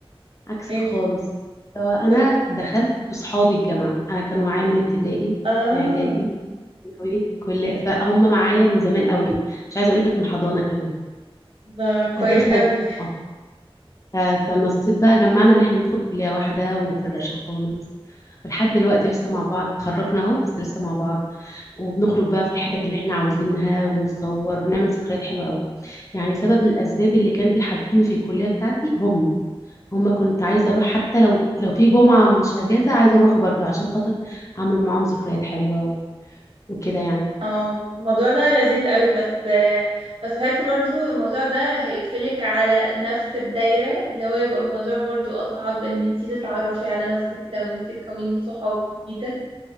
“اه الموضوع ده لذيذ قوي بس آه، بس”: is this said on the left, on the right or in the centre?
Right